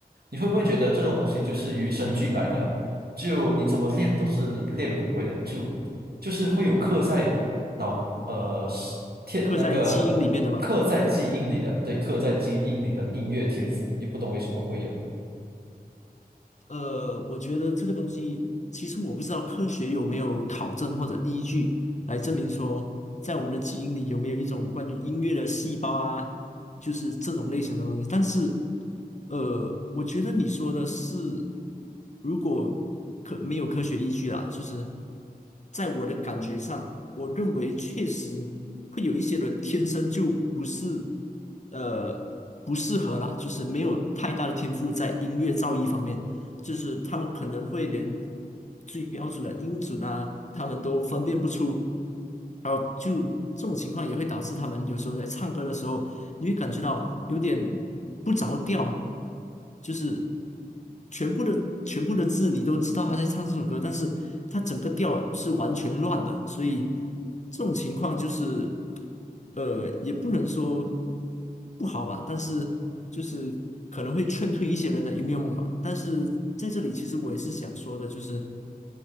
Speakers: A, on the right (about 80°); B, on the left (about 50°).
A: 你会不会觉得这种东西就是与生俱来的啊就你怎么练都是练不会的，就就是会有刻在脑呃是天那个刻在基因里的，
B: 刻在基因里面的吧。
A: 对，刻在基因里的音乐天赋，也不懂为什么会有。
B: 呃，我觉得这个东西，其实我不知道科学有没有考证或者依据来证明说，在我们的基因里有没有一种关于音乐的细胞啊，就是这种类型的东西。但是，呃，我觉得你说的是，如果科没有科学依据啦，就是在我的感觉上，我认为确实会有一些人天生就不是，呃，不适合啦，就是没有太大的天赋在音乐造诣方面。就是他们可能会连最标准的音准啊，他们都分辨不出，然后就这种情况也会导致他们有时候在唱歌的时候，你会感觉到有点不着调，就是全部的全部的字你都知道他在唱这首歌，但是他整个调是完全乱的，所以这种情况就是，呃，也不能说。不好吧，但是就是可能会劝退一些人的音乐梦吧。但是在这里，其实我也是想说的，就是